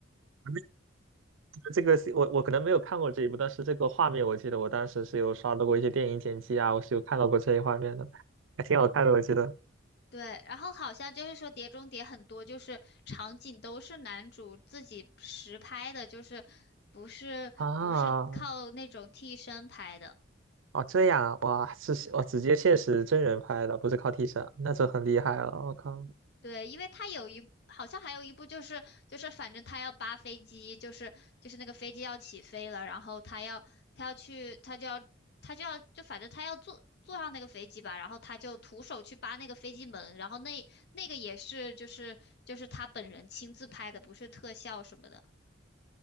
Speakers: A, on the right (about 80°); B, on the left (about 55°).
A: 那个这个是我我可能没有看过这一部，但是这个画面我记得我当时是有刷到过一些电影剪辑啊，我是有看到过这一画面的，还挺好看的，我记得。
B: 对，然后好像就是说《碟中谍》很多就是场景都是男主自己实拍的，就是不是不是靠那种替身拍的。
A: 啊，哦，这样啊，哇，是我直接现实真人拍的，不是靠替身，那就很厉害了。我靠，
B: 对，因为他有一，好像还有一部就是就是反正他要扒飞机，就是就是那个飞机要起飞了，然后他要他要去，他就要他就要就反正他要坐坐上那个飞机吧，然后他就徒手去扒那个飞机门，然后那那个也是就是就是他本人亲自拍的，不是特效什么的。